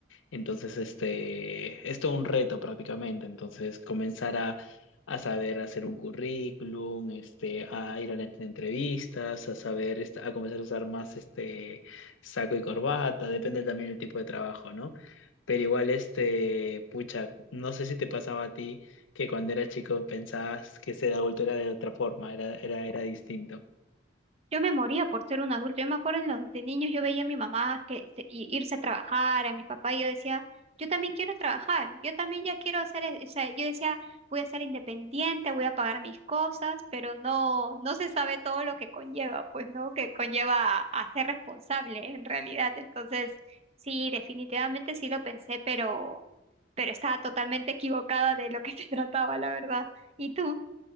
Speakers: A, on the left; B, on the right.
A: Entonces, este, es todo un reto prácticamente. Entonces, comenzar a, a saber hacer un currículum, este, a ir a las entrevistas, a saber, este, a comenzar a usar más este saco y corbata, depende también del tipo de trabajo, ¿no? Pero igual, este, pucha, no sé si te pasaba a ti que cuando eras chico pensabas que ser adulto era de otra forma, era, era, era distinto.
B: Yo me moría por ser un adulto. Yo me acuerdo en los, de niños yo veía a mi mamá que se- i- irse a trabajar, a mi papá, y yo decía, yo también quiero trabajar, yo también ya quiero ser, e- o sea, yo decía, voy a ser independiente, voy a pagar mis cosas, pero no, no se sabe todo lo que conlleva, pues, ¿no? Que conlleva a, a ser responsable en realidad. Entonces, sí, definitivamente sí lo pensé, pero, pero estaba totalmente equivocada de lo que <laughs> se trataba, la verdad. ¿Y tú?